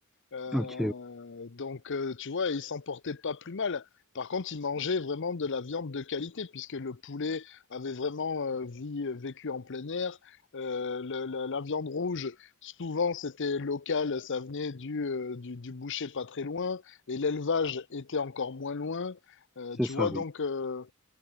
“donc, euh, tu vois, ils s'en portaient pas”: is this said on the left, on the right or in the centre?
Left